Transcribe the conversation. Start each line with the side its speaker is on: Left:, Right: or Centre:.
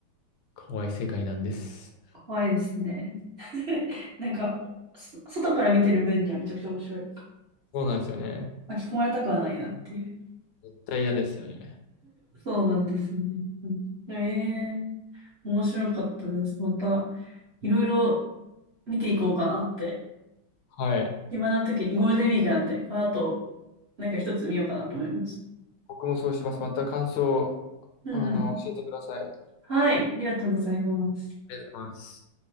Left: 怖い世界なんです。
Right: 怖いですね。<laughs> なんか、そ外から見てる分にはめちゃくちゃ面白い。
Left: そうなんですよね。
Right: 巻き込まれたくはないなっていう。
Left: 絶対嫌ですよね。
Right: そうなんですね。ええー面白かったです。また、いろいろ見ていこうかなって
Left: はい。
Right: 暇な時に、ゴールデンウィークなんで、この後、なんか一つ見ようかなと思います。
Left: 僕もそうしてます。また感想、
Right: うんうん。
Left: あの、教えてください。ありが
Right: はい、ありがとうございます。
Left: とうございます。